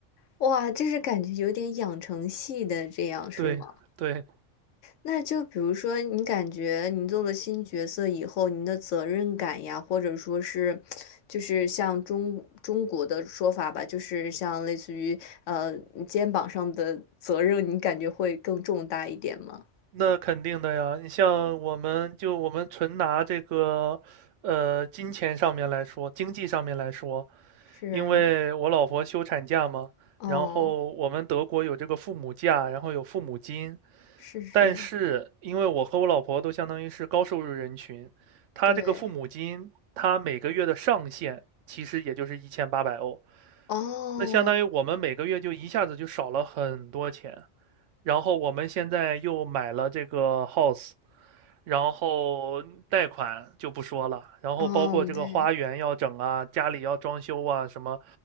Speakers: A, on the left; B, on the right.
A: 哇，这是感觉有点养成系的，这样是吗？
B: 对对，
A: 那就比如说，你感觉你做了新角色以后，您的责任感呀，或者说是，就是像中中国的说法吧，就是像类似于呃肩膀上的责任，你感觉会更重大一点吗？
B: 那肯定的呀，你像我们就我们纯拿这个，呃，金钱上面来说，经济上面来说，
A: 是，
B: 因为我老婆休产假嘛，
A: 嗯，
B: 然后我们德国有这个父母假，然后有父母金，
A: 是是，
B: 但是因为我和我老婆都相当于是高收入人群，她这个父母金，
A: 对，
B: 她每个月的上限其实也就是一千八百欧，
A: 哦，
B: 那相当于我们每个月就一下子就少了很多钱。然后我们现在又买了这个 house，然后贷款就不说了，然后包括这个花园要整啊，
A: 嗯，对，
B: 家里要装修啊，什么